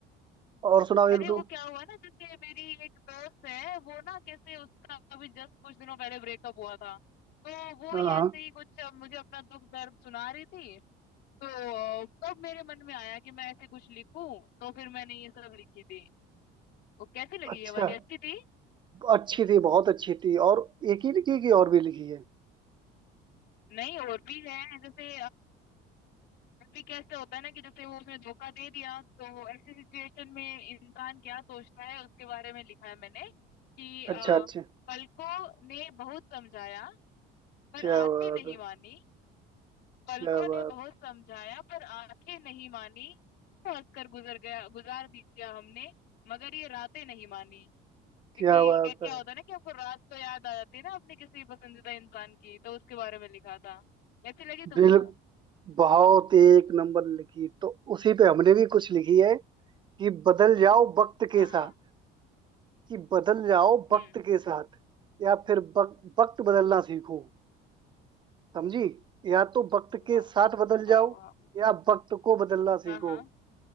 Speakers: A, on the right (about 25°); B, on the left (about 60°).
A: और सुनाओ एक
B: अरे वो
A: दो
B: क्या हुआ ना जैसे मेरी एक दोस्त है वो ना कैसे उसका अभी जस्ट कुछ दिनों पहले ब्रेकअप हुआ था तो वो
A: हाँ
B: ही
A: हाँ,
B: ऐसे ही कुछ अ, मुझे अपना दुख दर्द सुना रही थी तो अ, तब मेरे मन में आया कि मैं ऐसे कुछ लिखूं तो फिर मैंने ये सब लिखी थी वो कैसी लगी
A: अच्छा
B: ये वाली अच्छी थी
A: अच्छी थी बहुत अच्छी थी और एक ही लिखी की और भी लिखी है
B: नहीं और भी है जैसे भी कैसे होता है ना कि जैसे वो उसने धोखा दे दिया तो ऐसी सिचुएशन में इंसान क्या सोचता है उसके बारे में लिखा है मैंने कि अ,
A: अच्छा अच्छा
B: पलकों ने बहुत समझाया पर
A: क्या
B: आंखें
A: बात
B: नहीं
A: है
B: मानी पलकों
A: क्या
B: ने
A: बात
B: बहुत समझाया पर आंखें नहीं मानी तो हंसकर गुजर गया गुजार दिया हमने मगर ये रातें नहीं मानी क्योंकि
A: क्या बात
B: क्या क्या
A: है
B: होता है ना कि आपको रात को याद आ जाती है ना अपने किसी पसंदीदा इंसान की तो उसके बारे में लिखा था कैसी लगी
A: बिल
B: तुमको
A: बहुत एक नंबर लिखी तो उसी पे हमने भी कुछ लिखी है कि बदल जाओ वक्त के
B: हाँ
A: साथ
B: हाँ
A: कि बदल जाओ
B: हम्म
A: वक्त के साथ या फिर वक- वक्त बदलना सीखो समझी या तो वक्त के
B: वाह
A: साथ बदल
B: वाह
A: जाओ
B: वाह
A: या वक्त को बदलना सीखो
B: हाँ हाँ